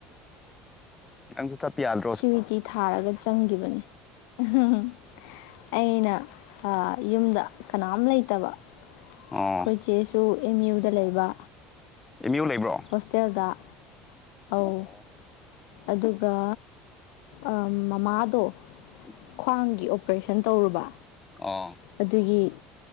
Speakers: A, on the left; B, on the left.
A: <unintelligible> ꯆꯄꯤꯌꯥꯜ
B: ꯁꯤꯋꯤꯇꯤ ꯊꯥꯔꯒ ꯆꯪꯈꯤꯕꯅꯦ <unintelligible> ꯑꯩꯅ ꯑ ꯌꯨꯝꯗ ꯀꯅꯥꯝ ꯂꯩꯇꯕ ꯑꯩꯈꯣꯏ
A: ꯑꯣ
B: ꯆꯦꯁꯨ ꯑꯦꯝ ꯌꯨꯗ ꯂꯩꯕ
A: ꯑꯦꯝ ꯌꯨ ꯂꯩꯕ꯭ꯔꯣ
B: ꯍꯣꯁꯇꯦꯜꯗ ꯑꯧ
A: ꯑꯣ
B: ꯑꯗꯨꯒ ꯑ ꯃꯃꯥꯗꯣ
A: <inaudible>
B: ꯈ꯭ꯋꯥꯡꯒꯤ ꯑꯣꯄꯔꯦꯁꯟ ꯇꯧꯔꯨꯕ
A: ꯑꯣ
B: ꯑꯗꯨꯒꯤ